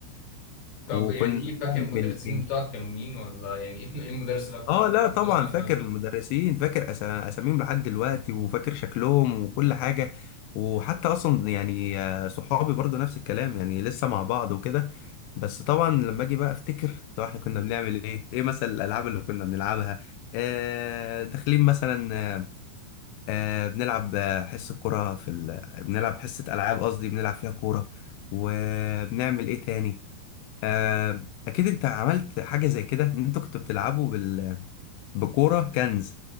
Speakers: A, on the left (about 60°); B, on the left (about 80°).
A: طب
B: وكنا
A: يعني إيه
B: بنعمل
A: فاكر المدرسين
B: ايه
A: بتوعك كانوا مين ولا يعني إيه إيه المدرس اللي أكتر
B: اه لا
A: كنت
B: طبعا
A: بتسمع
B: فاكر
A: معاك؟
B: المدرسين فاكر أسا- اساميهم لحد دلوقتي وفاكر شكلهم وكل حاجه وحتى اصلا يعني آه، صحابي برضو نفس الكلام يعني لسه مع بعض وكده بس طبعا لما اجي بقى افتكر لو احنا كنا بنعمل ايه ايه مثلا الالعاب اللي كنا بنلعبها آه داخلين مثلا آه آه، بنلعب آه، حصه كوره في ال... بنلعب حصه العاب قصدي بنلعب فيها كوره وبنعمل ايه تاني آه اكيد انت عملت حاجه زي كده ان انتوا كنتوا بتلعبوا بال بكوره كنز